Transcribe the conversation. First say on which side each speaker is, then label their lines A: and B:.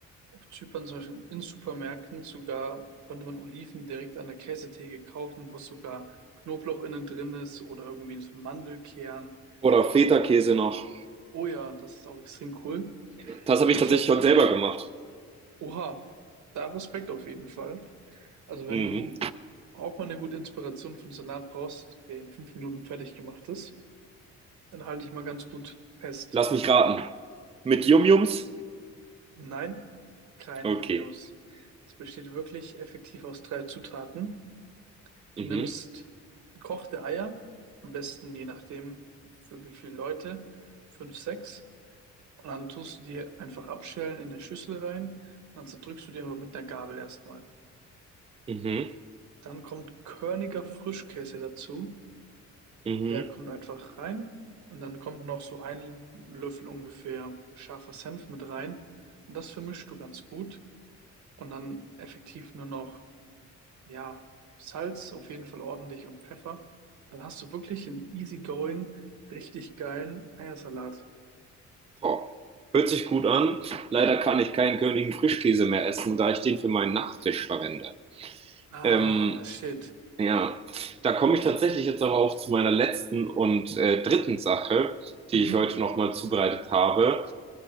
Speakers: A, on the right; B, on the right.
A: auf Zypern, zum Beispiel in Supermärkten sogar konnte man Oliven direkt an der Käsetheke kaufen, wo sogar Knoblauch innen drin ist oder irgendwie so Mandelkern.
B: Oder
A: Das
B: Feta-Käse
A: fand ich ja,
B: noch.
A: oh ja, das ist auch extrem cool.
B: Das habe ich
A: Ich
B: tatsächlich
A: habe,
B: heute selber gemacht.
A: oha, da Respekt auf jeden Fall. Also wenn
B: Mhm.
A: du auch mal eine gute Inspiration für einen Salat brauchst, der in fünf Minuten fertig gemacht ist, dann halte ich mal ganz gut fest.
B: Lass mich raten. Mit Yum-Yums?
A: Nein, keine
B: Okay.
A: Yum-Yums. Es besteht wirklich effektiv aus drei Zutaten. Du
B: Mhm.
A: nimmst gekochte Eier, am besten je nachdem für wie viele Leute, fünf, sechs. Und dann tust du die einfach abschälen in eine Schüssel rein und dann zerdrückst du die aber mit einer Gabel erstmal.
B: Mhm.
A: Dann kommt körniger Frischkäse dazu.
B: Mhm.
A: Der kommt einfach rein und dann kommt noch so ein Löffel ungefähr scharfer Senf mit rein. Und das vermischst du ganz gut und dann effektiv nur noch Ja, Salz auf jeden Fall ordentlich und Pfeffer. Dann hast du wirklich einen easygoing, richtig geilen Eiersalat.
B: Boah. Hört sich gut an. Leider kann ich keinen Königin Frischkäse mehr essen, da ich den für meinen Nachtisch verwende.
A: Ah,
B: Ähm,
A: shit.
B: Ja, da komme ich tatsächlich jetzt aber auch zu meiner letzten und äh, dritten Sache,
A: Mhm,
B: die ich heute nochmal zubereitet habe.